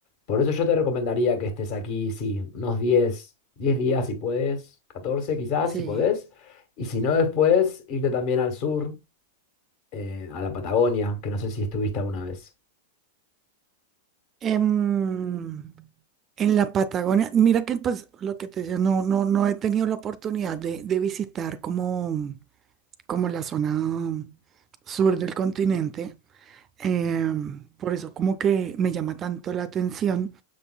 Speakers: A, on the left (about 50°); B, on the right (about 30°).
A: Por eso yo te recomendaría que estés aquí, sí, unos diez diez días si puedes, 14 quizás
B: sí.
A: si podés. Y si no, después irte también al sur, eh, a la Patagonia, que no sé si estuviste alguna vez.
B: Em, en la Patagonia, mira que pues lo que te decía, no, no, no he tenido la oportunidad de, de visitar como, como la zona sur del continente. Em, por eso como que me llama tanto la atención